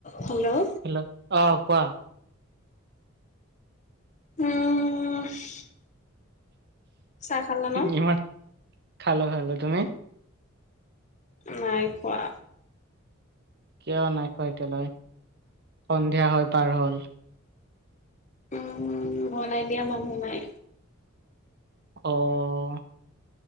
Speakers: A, on the left; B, on the right.
A: Hello
B: hello অ'কোৱা?
A: <inaudible> চাহ খালা ন?
B: এই <unintelligible> খালো, খালো তুমি?
A: নাই খোৱা।
B: কিয় নাই খোৱা এতিয়ালৈ সন্ধিয়া হৈ পাৰ হ'ল।
A: উম, বনাই দিয়া মানুহ নাই।
B: অ',